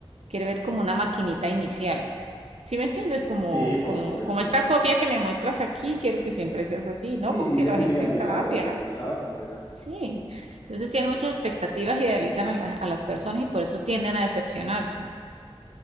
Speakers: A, on the right (about 80°); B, on the left (about 40°).
A: quiere ver como una maquinita inicial. ¿Sí me entiendes? Como,
B: Sí, por
A: como,
B: supuesto
A: como esta
B: que te entiendo.
A: copia que me muestras aquí, quiero que siempre seas así, ¿no?
B: Sí, idea-
A: Porque la
B: idealizado,
A: gente cambia,
B: idealizado completamente.
A: sí. Entonces tienen muchas expectativas, idealizan a, la- a las personas y por eso tienden a decepcionarse.